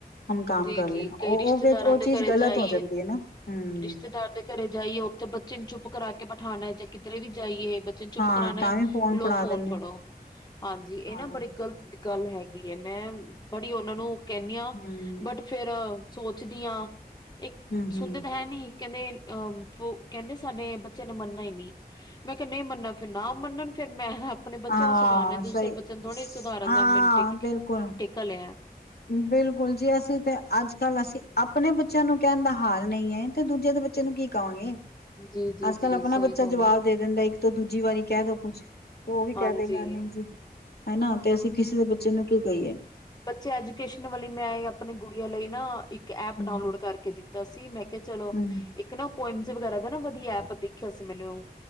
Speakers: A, on the left (about 75°); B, on the left (about 25°).
A: ਹਮ ਕਾਮ
B: ਜੀ
A: ਕਰ ਲੈ
B: ਜੀ ਕਈ
A: ਉਹ-
B: ਰਿਸ਼ਤੇਦਾਰਾਂ
A: ਉਹ ਉਹ
B: ਦੇ
A: ਚੀਜ਼
B: ਘਰੇ
A: ਗ਼ਲਤ
B: ਜਾਈਏ
A: ਹੋ ਜਾਂਦੀ ਹੈ ਨਾ, ਹੂੰ।
B: ਰਿਸ਼ਤੇਦਾਰ ਦੇ ਘਰੇ ਜਾਈਏ ਉੱਥੇ ਬੱਚੇ ਨੂੰ ਚੁੱਪ ਕਰਾ ਕੇ ਬਿਠਾਣਾ ਜਾਂ ਕਿਧਰੇ ਵੀ ਜਾਈਏ, ਬ- ਜੇ ਚੁੱਪ
A: ਹਾਂ
B: ਕਰਾਣਾ
A: ਤਾਂ ਵੀ
B: ਲੋ
A: ਫੜਾ
B: ਫੋਨ
A: ਦਿੰਦੇ
B: ਫੜੋ ਹਾਂਜੀ ਇਹ
A: ਹਾਂ
B: ਨਾ ਬੜੀ ਗ਼ਲਤ। ਗੱਲ ਹੈਗੀ ਹੈ, ਮੈਂ ਬੜੀ ਉਹਨਾਂ ਨੂੰ ਕਹਿੰਣੀ ਆ।
A: ਹਮ
B: ਫੇਰ ਓਸ ਸੋਚਦੀ ਆ ਇੱਕ
A: ਹਮ
B: ਸੁਣਦੇ
A: ਹਮ
B: ਤਾਂ ਹੈ ਨੀ ਕਹਿੰਦੇ। ਆ ਬੋ ਕਹਿੰਦੇ ਸਾਡੇ ਬੱਚਿਆਂ ਨੇ ਮੰਨਨਾ ਹੀ ਈ ਨਹੀਂ, ਮੈਂ ਕਿਹਾ ਨਹੀਂ ਮੰਨਨਾ ਨਾ ਮੰਨਣ। ਫੇਰ ਮੈਂ ਆਪਣੇ ਬੱਚਿਆਂ
A: ਹਾਂ
B: ਨੂੰ ਸੁਧਾਰਨ ਦੂਸਰੇ
A: ਸਹੀ
B: ਬੱਚਿਆਂ ਨੂੰ ਥੋੜੇ ਸੁਧਾਰਨ
A: ਹਾਂ
B: ਦਾ ਮੈਨ ਟੇ
A: ਬਿਲਕੁਲ
B: ਟੇਕਾ ਲਿਆ।
A: ਬਿਲਕੁਲ ਜੀ ਅਸੀਂ ਤੇ ਅੱਜ ਕੱਲ ਅਸੀਂ। ਆਪਣੇ ਬੱਚਿਆਂ ਨੂੰ ਕਹਿਣ ਦਾ ਹਾਲ ਨਹੀਂ ਹੈ, ਤੇ ਦੂਜੇ ਦੇ ਬੱਚਿਆਂ ਨੂੰ ਕੀ ਕਹੋ ਗੇ।
B: ਜੀ ਜੀ
A: ਅੱਜ
B: ਜੀ
A: ਕੱਲ ਆਪਣਾ
B: ਸਹੀ
A: ਬੱਚਾ
B: ਗੱਲ
A: ਜਵਾਬ
B: ਆ
A: ਦੇ ਦਿੰਦਾ ਇੱਕ ਤੋਂ ਦੂਜੀ ਵਾਰੀ ਕਹਿ ਦੋ ਕੁੱਛ। ਓ ਵੀ
B: ਹਾਂਜੀ
A: ਕੈ ਦੇ ਗਾ ਨਈ ਜੀ ਹਨਾ ਤੇ ਅਸੀਂ ਕਿਸੇ ਦੇ ਬੱਚੇ ਨੂੰ ਕੀ ਕਈਏ?
B: ਬੱਚੇ ਐਜੂਕੇਸ਼ਨ ਵਾਲੀ ਮੈਂ ਆਪਣੀ ਗੁੜੀਆਂ ਲਈ ਨਾ ਇੱਕ ਐਪ
A: ਹਮ
B: ਡਾਊਨਲੋਡ ਕਰਕੇ ਦਿੱਤਾ ਸੀ ਮੈਂ ਕੇਆ ਚਲੋ
A: ਹਮ
B: ਇੱਕ ਨਾ ਪੋਇਮ ਸੀ ਵਗੈਰਾ ਦਾ ਨਾ ਵਧੀਆ ਐਪ ਦਿਖਿਆ ਸੀ ਮੈਨੂੰ।